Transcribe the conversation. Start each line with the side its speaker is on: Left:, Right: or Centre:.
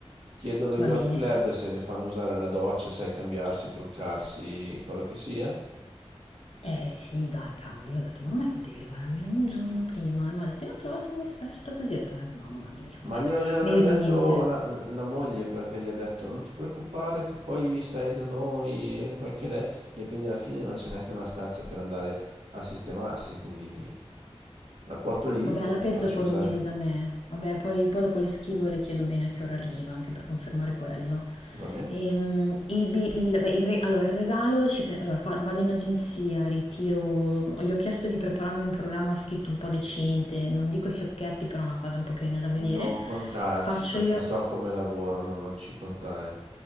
Right: Chiedo allo
Left: va
Right: yacht
Left: bene,
Right: club se le fanno usare la doccia, sai, cambiarsi, truccarsi, quello che sia.
Left: Eh sì, dai, cavoli, io ho detto, ma non è che potevi arrivare almeno un giorno prima? E mi ha detto, io ho trovato un'offerta così, ho detto, eh, mamma mia,
Right: Ma
Left: vabbè,
Right: glielo deve aver
Left: meglio
Right: detto
Left: di niente.
Right: la, la moglie perché gli ha detto non ti preoccupare che poi stai da noi e quel che l'è e quindi alla fine non c'è neanche una stanza per andare a sistemarsi, quindi la porto lì
Left: Vabbè,
Right: e
Left: alla
Right: gli
Left: peggio
Right: faccio
Left: può
Right: usare.
Left: venire da me, vabbè, poi, poi dopo le schivo e le chiedo bene a che ora arriva, anche per confermare quello.
Right: Va bene?
Left: Ehm, il, bi- il- beh, il re- allora, il regalo, ci pe- allora, fa- vado in agenzia, ritiro, gli ho chiesto di prepararmi un programma scritto un po' decente, non dico i fiocchetti, però una cosa un po' carina da vedere.
Right: Non contarci
Left: Faccio
Right: perché
Left: io,
Right: so come lavorano, non ci contare.